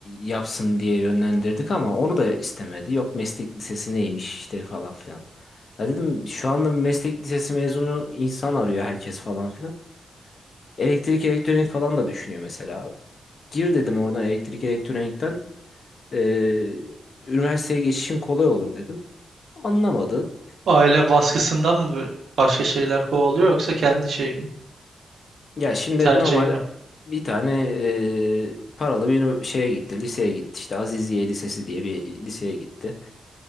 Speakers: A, on the left; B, on the right.
A: yapsın diye yönlendirdik ama onu da istemedi. Yok meslek lisesi neymiş işte falan filan. Ya dedim şu anda meslek lisesi mezunu insan arıyor herkes falan filan. Elektrik elektronik falan da düşünüyor mesela. Gir dedim oradan elektrik elektronikten. Ee, üniversiteye geçişin kolay olur dedim. Anlamadı.
B: Aile baskısından mı başka şeyler kovalıyor yoksa kendi şey mi?
A: Ya şimdi
B: Tercihi
A: normal
B: mi?
A: bir tane e, paralı bir ünü- şeye gitti, liseye gitti. İşte Aziziye Lisesi diye bir liseye gitti.